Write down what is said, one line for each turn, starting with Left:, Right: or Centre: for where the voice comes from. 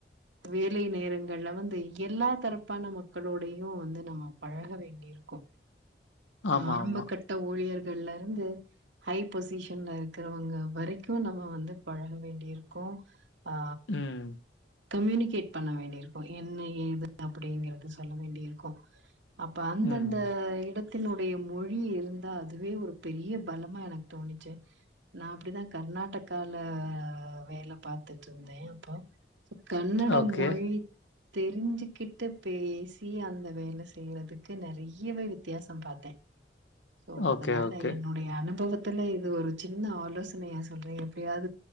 Right: வேலை நேரங்கள்ல வந்து எல்லா தரப்பான மக்களோடையு வந்து நம்ம பழக வேண்டியிருக்கோ
Left: ஆமா,
Right: ஆரம்ப
Left: ஆமா.
Right: கட்ட ஊழியர் கள்ல இருந்து ஹை பொசிஷன்ல இருக்கிறவங்க வரைக்கு நம்ம வந்து பழக வேண்டி இருக்கு ஆ
Left: உம்
Right: கம்யூனிகேட் பண்ண வேண்டிய இருக்கு என்ன ஏது அப்டிங்கறது சொல்ல வேண்டியிருக்கு அப்ப அந்தந்த
Left: ம்.
Right: இட த்தினுடைய மொழி இருந்தா அது வே ஒரு பெரிய பலமா எனக்கு தோணிச்சு நா அப்டிதா கர்நாடகால வேல பாரத்துட்டு இருந்தே அப்போ சொ கன்னட
Left: ஓகே.
Right: மொழி தெரிஞ்சுக்குட்டு பேசி அந்த வேல செய்யறதுக்கு நெறையவே வித்தியாசொ பாத்தே சோ
Left: ஓகே,
Right: அதனால
Left: ஓகே.
Right: என்னுடைய அனுபவத் த்துல இது ஒரு சின்ன ஆலோசனையா சொல்றே எப்டியாது